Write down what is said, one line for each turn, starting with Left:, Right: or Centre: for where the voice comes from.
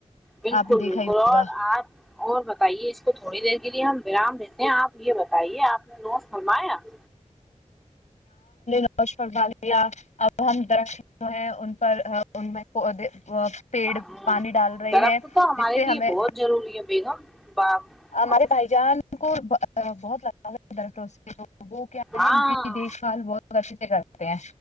Centre: بالکل
Left: آپ نے دیکھا
Centre: بالکل
Left: ہی ہوگا
Centre: اور آپ اور بتائیے اس کو تھوڑی دیر لیے ہم ورام دیتے ہیں آپ یہ بتائیے آپ فرمایا <unintelligible>
Left: ڈالیا اب ہم درخت ہیں ان پر ان میں <unintelligible> پیڑ
Centre: ہوں،
Left: پانی ڈال رہے
Centre: درخت
Left: ہیں
Centre: تو ہمارے
Left: جس سے
Centre: لیے
Left: ہمیں
Centre: بہت ضروری ہے بیگم با-
Left: ہمارے بھائی جان کو ا بہت لا <inaudible> ادر تو <unintelligible> وہ کیا
Centre: ہاں
Left: ہے ان کی دیکھ بھال بہت اچھے سے کرتے ہیں